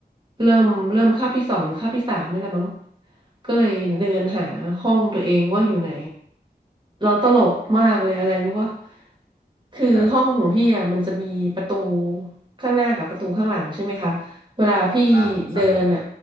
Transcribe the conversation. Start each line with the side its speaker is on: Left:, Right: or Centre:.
Right: เริ่มเริ่มคาบที่สองหรือคาบที่สามนี่แหละมั้งก็เลยเดินหาห้องตัวเองว่าอยู่ไหนเราตลกมากเลยอะไรรู้ว่าคือห้องของพี่อ่ะมันจะมีประตู
Left: ครับ
Right: ข้างหน้ากับประตูข้างหลังใช่ไหมคะเวลาพี่
Left: อ่าครับผม
Right: เดินอ่ะ